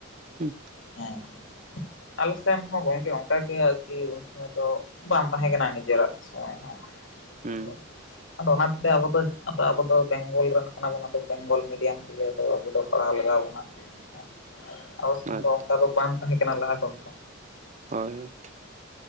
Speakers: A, on the right; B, on the left.
A: ᱾ᱦᱩᱸ
B: ᱦᱮᱸ ᱦᱮᱸ᱾ ᱟᱞᱮ ᱥᱮᱱ ᱦᱚᱸ ᱜᱚᱢᱠᱮ ᱚᱱᱠᱟ ᱜᱮ ᱟᱨᱠᱤ ᱩᱱ ᱥᱚᱢᱚᱭ ᱫᱚ, ᱵᱟᱝ ᱛᱟᱦᱮᱸ ᱠᱟᱱᱟ ᱱᱤᱡᱮᱨᱟᱜ <unintelligible>
A: ᱦᱩᱸ
B: ᱟᱫᱚ ᱚᱱᱟ ᱛᱮ ᱟᱵᱚ ᱫᱚ ᱟᱫᱚ ᱟᱵᱚ ᱫᱚ ᱵᱮᱝᱜᱚᱞ ᱨᱮᱱ ᱠᱟᱱᱟ ᱵᱚᱱ ᱟᱫᱚ ᱵᱮᱝᱜᱚᱞ ᱢᱤᱰᱤᱭᱟᱢ ᱛᱮᱜᱮ ᱟᱫᱚ ᱟᱵᱚ ᱫᱚ ᱯᱟᱲᱦᱟᱣ ᱞᱟᱜᱟᱣ ᱟᱵᱚᱱᱟ, ᱦᱮᱸ ᱟᱵᱚ ᱥᱮᱱ
A: ᱦᱳᱭ
B: ᱫᱚ ᱚᱱᱠᱟ ᱫᱚ ᱵᱟᱝ ᱛᱟᱦᱮᱸ ᱠᱟᱱᱟ ᱞᱟᱦᱟ ᱠᱷᱚᱱ ᱫᱚ᱾
A: ᱦᱳᱭ ᱦᱳᱭ᱾